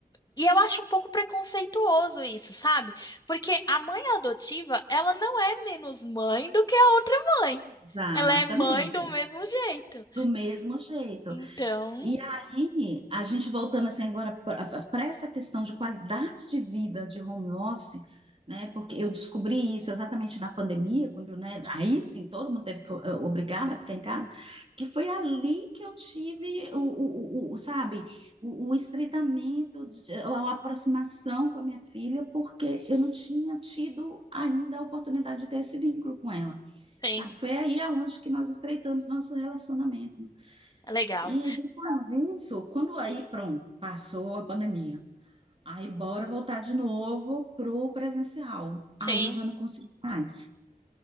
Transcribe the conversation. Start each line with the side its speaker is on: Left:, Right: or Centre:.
Left: E eu acho um pouco preconceituoso isso, sabe? Porque a mãe adotiva, ela não é menos mãe do que a outra mãe.
Right: Exatamente.
Left: Ela é mãe do mesmo jeito.
Right: Do mesmo jeito.
Left: Então,
Right: E aí, a gente voltando assim agora para essa questão de qualidade de vida de home office, né? Porque eu descobri isso exatamente na pandemia, quando, né? Aí sim, todo mundo teve que, eh, obrigado a ficar em casa, que foi ali que eu tive o, o, o- o- sabe, o, o estreitamento, de- a aproximação com a minha filha, porque eu não tinha tido ainda a oportunidade de ter esse vínculo com ela,
Left: sim,
Right: sabe? Foi aí aonde que nós estreitamos nosso relacionamento.
Left: é legal.
Right: E depois disso, quando aí, pronto, passou a pandemia. Aí, bora voltar de novo pro presencial.
Left: Sim.
Right: Aí eu já não consegui mais.